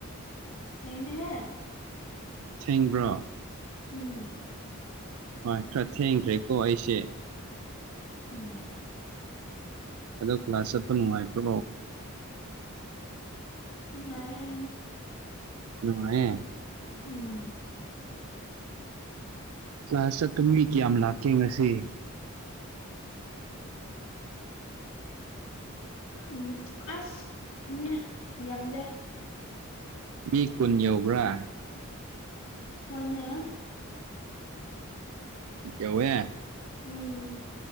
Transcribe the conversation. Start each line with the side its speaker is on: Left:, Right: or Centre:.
Left: ꯊꯦꯡꯉꯦꯍꯦ
Right: ꯊꯦꯡꯕ꯭ꯔꯣ
Left: ꯎꯝ
Right: ꯍꯣꯏ ꯈ꯭ꯔ ꯊꯦꯡꯈ꯭ꯔꯦꯀꯣ ꯑꯩꯁꯦ
Left: ꯎꯝ
Right: ꯑꯗꯣ ꯀ꯭ꯂꯥꯁ ꯆꯠꯄ ꯅꯨꯡꯉꯥꯏꯕ꯭ꯔꯣ
Left: ꯅꯨꯡꯉꯥꯏꯌꯦ
Right: ꯅꯨꯡꯉꯥꯏꯌꯦ
Left: ꯎꯝ
Right: ꯀ꯭ꯂꯥꯁ ꯆꯠꯄ ꯃꯤ ꯀꯌꯥꯝ ꯂꯥꯛꯀꯦ ꯉꯁꯤ
Left: ꯎꯝ ꯑꯁ ꯃꯤ ꯌꯥꯝꯗꯦ
Right: ꯃꯤ ꯀꯨꯟ ꯌꯧꯕ꯭ꯔꯥ
Left: ꯍꯣꯏꯅꯦ
Right: ꯌꯧꯌꯦ
Left: ꯎꯝ